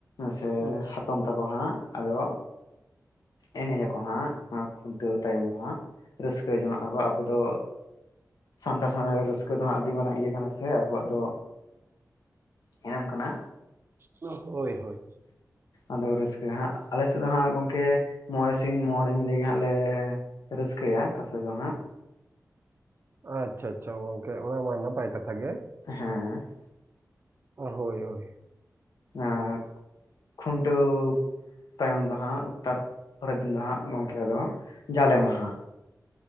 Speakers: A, on the left; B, on the right.
A: ᱥᱮ
B: ᱦᱩᱸ,
A: ᱦᱟᱛᱚᱢ ᱛᱟᱠᱚ ᱦᱟᱸᱜ ᱟᱫᱚ ᱮᱱᱮᱡ ᱟᱠᱚ ᱦᱟᱸᱜ ᱠᱷᱩᱱᱴᱟᱹᱣ ᱛᱟᱭᱚᱢ ᱫᱚ᱾ ᱦᱟᱸᱜ ᱨᱟᱹᱥᱠᱟᱹ ᱡᱚᱝᱚᱜ ᱟᱠᱚ ᱟᱵᱚ ᱫᱚ ᱥᱟᱱᱛᱟᱲ ᱥᱚᱢᱟᱡᱽ ᱨᱮ ᱨᱟᱹᱥᱠᱟᱹ ᱫᱚ ᱦᱟᱸᱜ ᱟᱹᱰᱤ ᱢᱟᱨᱟᱝ ᱤᱭᱟᱹ ᱠᱟᱱᱟ ᱥᱮ ᱟᱵᱚᱣᱟᱜ ᱫᱚ ᱮᱱᱮᱢ ᱠᱟᱱᱟ᱾
B: ᱢᱟ ᱳᱭ ᱦᱳᱭ
A: ᱟᱫᱚ ᱨᱟᱹᱥᱠᱟᱹ ᱦᱟᱸᱜ ᱟᱞᱮ ᱥᱮᱫ ᱫᱚ ᱦᱟᱸᱜ ᱜᱚᱝᱠᱮ ᱢᱚᱬᱮ ᱥᱤᱧ ᱢᱚᱬᱮ ᱧᱤᱫᱟᱹ ᱜᱮ ᱦᱟᱸᱜ ᱞᱮ ᱨᱟᱹᱥᱠᱟᱹᱭᱟ ᱠᱟᱛᱷᱟ ᱫᱚ ᱦᱟᱸᱜᱼᱼ
B: ᱟᱪᱪᱷᱟ ᱟᱪᱪᱷᱟ ᱜᱚᱝᱠᱮ ᱚᱱᱟ ᱢᱟ ᱱᱟᱯᱟᱭ ᱠᱟᱛᱷᱟ ᱜᱮ᱾
A: ᱦᱮᱸᱻ
B: ᱚ ᱦᱳᱭ ᱦᱳᱭ᱾
A: ᱟᱨ ᱠᱷᱩᱱᱴᱟᱹᱣᱼᱼ ᱛᱟᱭᱚᱢ ᱫᱚ ᱦᱟᱸᱜ ᱛᱟᱨᱯᱚᱨᱮ ᱫᱤᱱ ᱫᱚ ᱦᱟᱸᱜ ᱜᱚᱢᱠᱮ ᱟᱫᱚ ᱡᱟᱞᱮ ᱢᱟᱦᱟ᱾